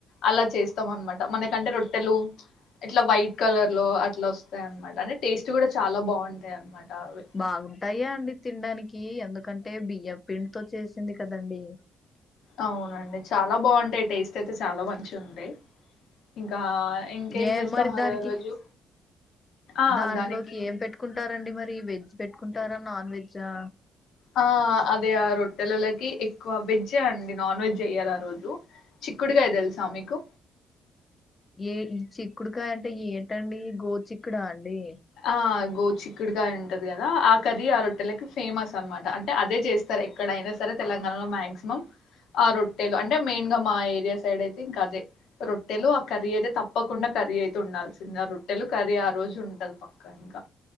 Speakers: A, on the left (about 75°); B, on the left (about 30°).
A: అలా చేస్తాం అనమాట మనకంటే రొట్ టెలు ఇట్లా వైట్ కలర్ లో అట్లా వస్తాయ్ అనమాట. అంటే టేస్ట్ కూడా చాలా బాగుంటాయి అనమాట. అవి
B: బాగుంటాయ అండి తినడానికి ‌. కీ ఎందుకంటే బియ్యం పిండితో చేసింది కదండి.
A: అవునండి చాలా బాగుంటాయి టేస్ట్ అయితే చాలా మంచిగా ఉంటాయి. ఇంకా ఇంకేం
B: ఏ
A: చేస్తాం
B: మరి
A: అదే
B: దానికి
A: రోజు ఆ
B: దాంట్లోకి
A: దానికి
B: ఏం పెట్టుకుంటారండి మరి వెజ్ పెట్టుకుంటారా నాన్ వెజా.
A: ఆ అదే ఆ రొట్టెలలకి ఎక్కువ వెజ్ అండి నాన్ వెజ్ చెయ్యరు ఆరోజు చిక్కుడుగాయ తెలుసా మీకు.
B: ఏ చిక్కుడుకాయ అంటే ఏంటండి గో చిక్కుడా అండి.
A: ఆ గో చిక్కుడుగాయ ఉంటది కదా ఆ కర్రీ ఆ రొట్టెలకి ఫేమస్ అనమాట. అంటే అదే చేస్తారు ఎక్కడైనా సరే తెలంగాణలో మాక్సిమం ఆ రొట్టెలు అంటే మెయిన్ గా మా ఏరియా సైడ్ అయితే ఇంకా అదే రొట్టెలు ఆ కర్రీ అయితే తప్పకుండా కర్రీ అయితే ఉండాల్సిందే ఆ రొట్టెలు కర్రీ ఆ రోజు ఉంటది పక్క. ఇంకా ఇంకా.